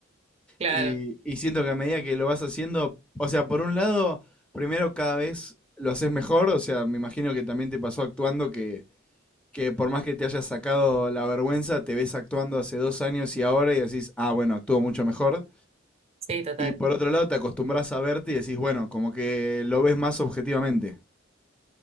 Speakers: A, on the right; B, in the centre.
A: Claro,
B: Y, y siento que a medida que lo vas haciendo, o sea, por un lado, primero cada vez lo haces mejor, o sea, me imagino que también te pasó actuando que, que por más que te hayas sacado la vergüenza, te ves actuando hace dos años y ahora y decís, ah, bueno, actúo mucho mejor.
A: sí, total.
B: Y por otro lado, te acostumbras a verte y decís, bueno, como que lo ves más objetivamente.